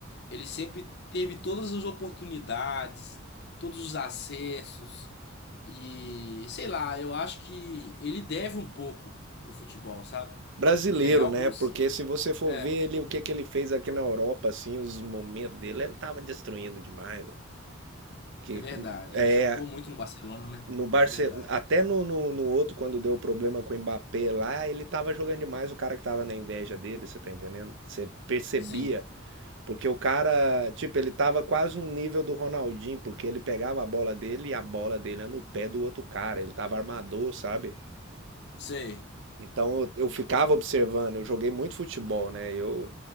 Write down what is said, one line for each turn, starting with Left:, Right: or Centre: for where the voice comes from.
Left: Ele sempre teve todas as oportunidades, todos os acessos e, sei lá, eu acho que ele deve um pouco pro futebol, sabe?
Right: Brasileiro,
Left: É, alguns.
Right: né? Porque se você for
Left: é,
Right: ver ele, o que, que ele fez aqui na Europa, assim, os momentos dele, ele tava destruindo demais, velho. Que,
Left: É verdade.
Right: é,
Left: Ele jogou muito no Barcelona, né?
Right: no Barcelona,
Left: É verdade.
Right: até no, no, no outro, quando deu problema com o Mbappé lá, ele tava jogando demais o cara que tava na inveja dele, você tá entendendo? Você percebia
Left: Sim,
Right: Porque o cara, tipo, ele tava quase um nível do Ronaldinho, porque ele pegava a bola dele e a bola dele era no pé do outro cara. Ele tava armador, sabe?
Left: sei.
Right: Então eu, eu ficava observando, eu joguei muito futebol, né? Eu